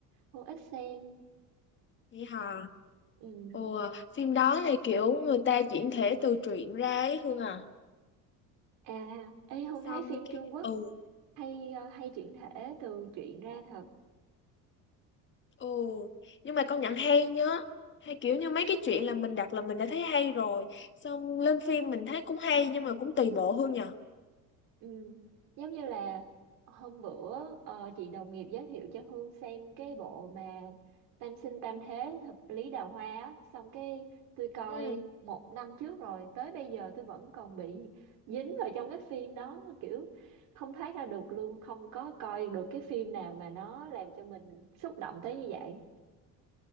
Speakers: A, on the right; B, on the left.
A: Hương ít xem
B: Vậy hả?
A: ừm,
B: Ồ, phim đó là kiểu người ta chuyển thể từ truyện ra ấy Hương à.
A: à ê Hương thấy
B: Xong
A: phim
B: cái
A: Trung Quốc
B: ừ
A: hay ờ, hay chuyển thể từ truyện ra thật
B: Ừ, nhưng mà công nhận hay nhá. Hay kiểu như mấy cái chuyện là mình đặt là mình đã thấy hay rồi. Xong lên phim mình thấy cũng hay nhưng mà cũng tùy bộ Hương nhờ.
A: Ừm, giống như là hôm bữa ờ, chị đồng nghiệp giới thiệu cho Hương xem cái bộ mà Tam sinh tam thế hợp lý đào hoa á xong cái tôi coi
B: Ừ,
A: một năm trước rồi tới bây giờ tôi vẫn còn bị dính vào trong cái phim đó kiểu không thoát ra được luôn không có coi được cái phim nào mà nó làm cho mình xúc động tới như vậy